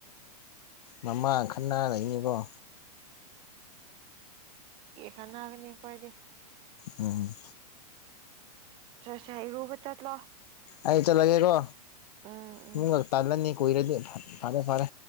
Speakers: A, on the left; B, on the right.
A: ꯃꯃꯥꯒ ꯈꯟꯅꯔꯅꯤꯀꯣ ꯋꯥ
B: ꯈꯠꯅꯥꯒꯅꯤ ꯑꯩꯈꯣꯏꯗꯤ
A: ꯎꯝ
B: ꯇꯔꯁꯥ ꯏꯔꯨꯕ ꯆꯠꯂꯣ
A: ꯑꯩ ꯆꯠꯂꯒꯦꯀꯣ
B: ꯎꯝ ꯎꯝ
A: ꯅꯪ ꯇꯜꯂꯅꯤ ꯀꯣꯏꯔꯗꯤ ꯐꯔꯦ ꯐꯔꯦ